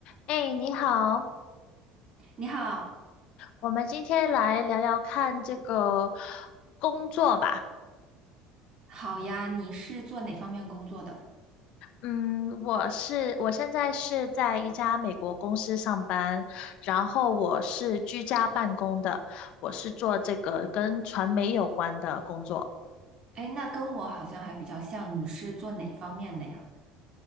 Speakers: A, on the left; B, on the right.
A: 哎，你好，
B: 你好，
A: 我们今天来聊聊看这个工作吧。
B: 好呀，你是做哪方面工作的？
A: 嗯，我是我现在是在一家美国公司上班，然后我是居家办公的，我是做这个跟传媒有关的工作。
B: 哎，那跟我好像还比较像，你是做哪方面的呀？